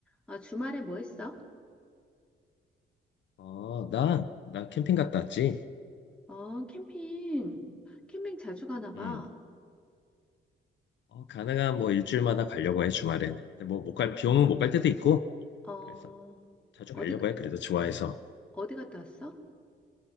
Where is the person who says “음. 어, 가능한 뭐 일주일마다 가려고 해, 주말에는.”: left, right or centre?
Left